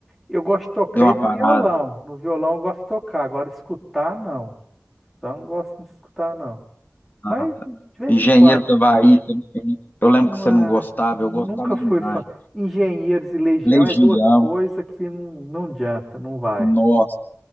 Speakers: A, in the centre; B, on the left (about 40°).
A: eu gosto de tocar
B: Deu uma
A: e no
B: parada.
A: violão. No violão eu gosto de tocar, agora escutar não. Então não gosto de escutar não.
B: Ah,
A: Mas
B: tá.
A: de vez
B: Engenheiro
A: em quando.
B: da Havaí, você- eu lembro que você
A: Ah,
B: não gostava,
A: nunca
B: eu gostava demais.
A: fui fã. Engenheiros e Legião
B: Legião,
A: é duas coisas que não, não adianta, não vai,
B: nossa,